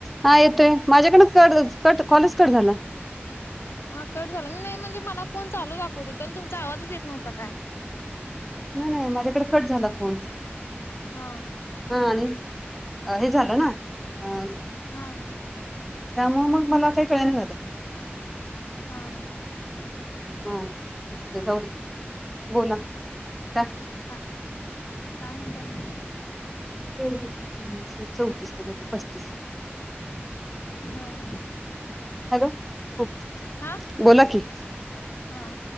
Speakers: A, in the centre; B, on the left.
A: हा येतोय. माझ्याकडनच कट कट कॉलच कट झाला.
B: हा कट झाला. नाही म्हणजे मला फोन चालू दाखवत होता. आणि तुमचा आवाजच येत नव्हता काय.
A: नाय नाय. माझ्याकडे कट झाला फोन.
B: हां हा.
A: हा आणि हे झालं ना. अ
B: हां.
A: त्यामुळे मग, मला काही कळेना झालं.
B: हा.
A: हा असुदे जाऊदे. बोला काय?
B: का, काय म्हणताय म?
A: चोवीस, तीनशे, चौतीस हजार. पस्तीस.
B: हा
A: हॅलो ह
B: हा
A: बोला कि
B: हा